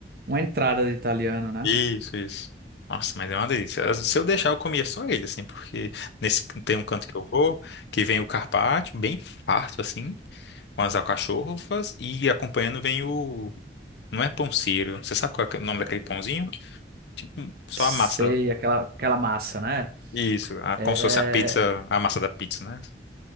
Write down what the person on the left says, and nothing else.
Isso, isso. Nossa, mas é uma delícia. Se eu deixar, eu comia só ele, assim, porque nesse tem um canto que eu vou, que vem o carpaccio, bem farto, assim, com as alcachofras e acompanhando vem o. Não é pão sírio. Você sabe qual é o nome daquele pãozinho? Tipo, só
a massa.
Isso, a-
como se fosse a pizza, a massa da pizza, né?